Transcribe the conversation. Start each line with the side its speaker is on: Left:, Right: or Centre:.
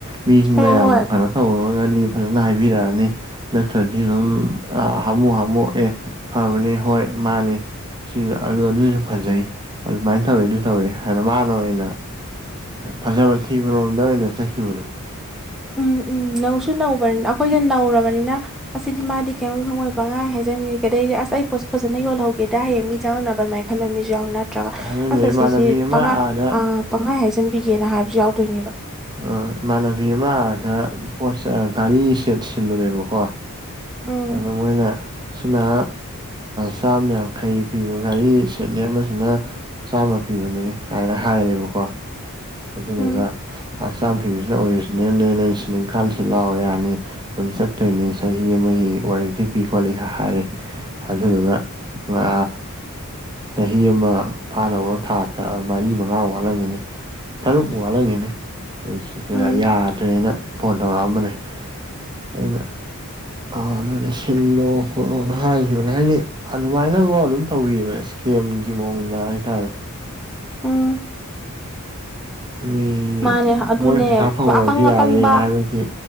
Right: ꯃꯤꯗꯨꯅ
Centre: ꯍꯣꯏ
Right: ꯌꯥꯝ
Centre: ꯍꯣꯏ
Right: ꯀꯩ ꯇꯧꯔꯒꯗꯤ ꯐꯖꯅ ꯍꯥꯏꯕꯤꯔꯛꯑꯅꯤ ꯅꯠꯇ꯭ꯔꯗꯤ ꯑꯗꯨꯝ ꯍꯥꯃꯨ ꯍꯥꯃꯨ ꯑꯦ ꯐꯕꯅꯤ ꯍꯣꯏ ꯃꯥꯅꯤ ꯁꯤ ꯑꯗꯨ ꯑꯗꯨꯁꯨ ꯐꯖꯩ ꯑꯗꯨꯃꯥꯏꯅ ꯇꯧꯋꯤ ꯑꯗꯨ ꯇꯧꯋꯤ ꯍꯥꯏꯅ ꯃꯥꯅ ꯑꯣꯏꯅ ꯐꯖꯕ ꯊꯤꯕꯔꯣꯝꯗ ꯑꯣꯏꯅ ꯆꯠꯈꯤꯕꯅꯣ
Centre: ꯎꯝ ꯎꯝ ꯅꯧꯁꯨ ꯅꯧꯕꯅꯤꯅ ꯑꯩꯈꯣꯏꯁꯦ ꯅꯧꯔꯕꯅꯤꯅ ꯑꯁꯤꯗꯤ ꯃꯥꯗꯤ ꯀꯔꯤꯝ ꯈꯪꯉꯣꯏꯕ ꯉꯥꯏ ꯍꯥꯏꯖꯟꯒꯦ ꯀꯩꯗꯩ ꯑꯁ ꯑꯩꯣꯠꯁꯦ ꯐꯖꯅ ꯌꯣꯜꯍꯧꯒꯦꯗ ꯍꯌꯦꯡ ꯃꯤ ꯆꯪꯉꯛꯅꯕꯥ ꯃꯥꯏ ꯈꯟꯕ ꯃꯤꯁꯨ ꯌꯥꯎ ꯅꯠꯇ꯭ꯔꯒ
Right: ꯑꯗꯨꯅ
Centre: ꯑꯁ
Right: ꯏꯃꯥꯟꯅꯕꯤ
Centre: ꯁꯤꯁꯤ
Right: ꯑꯃ
Centre: ꯇꯉꯥꯏ
Right: ꯑꯥꯗ
Centre: ꯄꯪꯍꯥꯏ ꯍꯥꯏꯖꯟꯕꯤꯒꯦꯅ ꯍꯥꯏꯕꯁꯨ ꯌꯥꯎꯗꯣꯏꯅꯦꯕ
Right: ꯑꯣ ꯏꯃꯥꯟꯅꯕꯤ ꯑꯃꯗ ꯄꯣꯠ ꯒꯥꯔꯤ ꯁꯦꯠ ꯁꯤꯜꯂꯨꯔꯦꯕꯀꯣ
Centre: ꯎꯝ
Right: ꯑꯗꯨ ꯃꯣꯏꯅ ꯁꯤꯅ ꯆꯥꯝ ꯌꯥꯡꯈꯩ ꯄꯤꯕ ꯍꯥꯏꯅꯤ ꯁꯦꯠꯅꯤ ꯑꯃꯁꯤꯅ ꯆꯥꯝꯃ ꯄꯤꯕꯅꯦ ꯍꯥꯏꯅ ꯍꯥꯏꯔꯦꯕꯀꯣ ꯑꯗꯨꯗꯨꯒ
Centre: ꯎꯝ
Right: ꯑ ꯆꯥꯝ ꯄꯤꯕꯁꯤꯅ ꯑꯣꯔꯤꯖꯤꯅꯦꯜꯅꯦ ꯅꯣꯏ ꯁꯤ ꯏꯪꯈꯥꯁꯤ ꯂꯥꯎꯑꯣ ꯌꯥꯅꯤ ꯑꯗꯨꯝ ꯆꯠꯇꯣꯏꯅꯦ ꯆꯍꯤ ꯑꯃꯒꯤ ꯋꯥꯔꯦꯟꯇꯤ ꯄꯤ ꯈꯣꯠꯂꯤ ꯍꯥꯏꯔꯦ ꯑꯗꯨꯗꯨꯒ ꯉ ꯆꯍꯤ ꯑꯃ ꯐꯥꯅꯕ ꯊꯥꯇ ꯃꯔꯤ ꯃꯉꯥ ꯋꯥꯠꯂꯝꯒꯅꯤ ꯇꯔꯨꯛꯃꯨꯛ ꯋꯥꯠꯂꯝꯒꯤꯅꯤ ꯁꯤꯗ
Centre: ꯎꯝ
Right: ꯌꯥꯗ꯭ꯔꯦꯅ ꯐꯣꯟ ꯇꯧꯔꯛꯑꯝꯕꯅꯦ ꯑꯩꯅ ꯑꯅ ꯁꯤꯜꯂꯣ ꯈꯣꯠꯂꯣꯅ ꯍꯥꯏꯈꯤꯕꯅꯦ ꯍꯥꯏꯗꯤ ꯑꯗꯨꯃꯥꯏꯅꯕꯣ ꯑꯗꯨꯝ ꯇꯧꯕꯤꯕ ꯏꯁꯀꯦꯝꯒꯤ ꯃꯑꯣꯡꯗ ꯍꯥꯏꯇꯥꯔꯦ
Centre: ꯎꯝ
Right: ꯃꯤ
Centre: ꯃꯥꯅꯦ ꯑꯗꯨꯅꯦ
Right: ꯃꯣꯏ ꯄꯩꯁꯥ ꯐꯪꯂꯍꯔꯗꯤ
Centre: ꯑꯄꯪ ꯑꯄꯪꯕ
Right: ꯌꯥꯔꯦ ꯍꯥꯏꯕꯒꯤ